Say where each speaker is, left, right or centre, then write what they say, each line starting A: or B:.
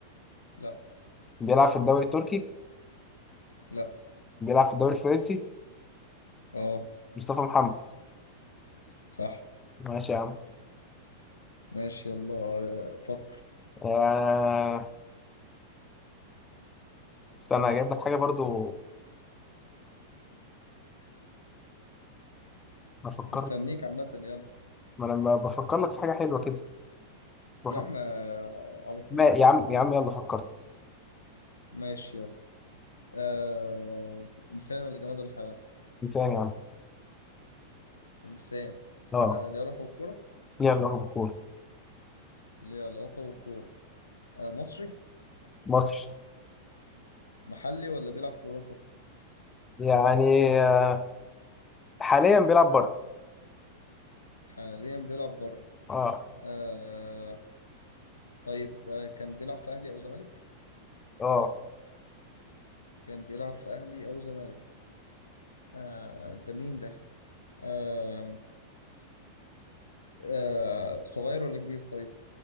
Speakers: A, on the left; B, on the left.
A: لا
B: بيلعب في الدوري التركي
A: لا
B: بيلعب في الدوري الفرنسي
A: اه
B: مصطفى محمد
A: صح
B: ماشي يا عم
A: ماشي يلا آه، فكر
B: آه... استنى اجيب لك حاجه برضو بفكر
A: مستنيك عامة يلا
B: ما انا ب- بفكر لك في حاجه حلوه كده بفكر
A: يا عم آه، على طول
B: ما يا عم يا عم يلا فكرت
A: ماشي يلا آه... إنسان ولا جماد ولا حيوان؟
B: انسان يا عم
A: إنسان
B: اه
A: آه... ليه علاقة بالكورة؟
B: يلا هو بالكوره
A: ليه علاقة بالكورة آه... مصري
B: مصر
A: محلي ولا بيلعب في أوروبا؟
B: يعني آه، حاليا بيلعب بره
A: حاليا بيلعب بره
B: اه
A: آه... طيب آه... كان بيلعب في أهلي أو زمالك؟
B: اه
A: كان بيلعب في أهلي أو زمالك آه... ده مين ده؟ آه... آه... صغير ولا كبير طيب؟